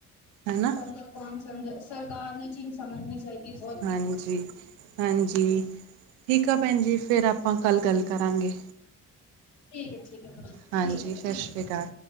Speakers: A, on the right; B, on the left.
A: ਹੈਨਾ
B: ਮਤਲਬ ਕੌਣ ਸਮਝੇ, ਸਰਕਾਰ ਨੂੰ ਇਹ ਚੀਜ਼ ਸਮਝਨੀ ਚਾਹੀਦੀ <inaudible>
A: ਹਾਂਜੀ ਹਾਂਜੀ ਠੀਕ ਆ ਭੈਣ ਜੀ, ਫਿਰ ਆਪਾਂ ਕੱਲ੍ਹ ਗੱਲ ਕਰਾਂਗੇ।
B: ਠੀਕ ਐ ਠੀਕ ਐ ਫਿਰ
A: ਹਾਂਜੀ
B: ਠੀਕ ਹੈ
A: ਸਤਿ
B: ਫਿਰ
A: ਸ਼੍ਰੀ ਅਕਾਲ।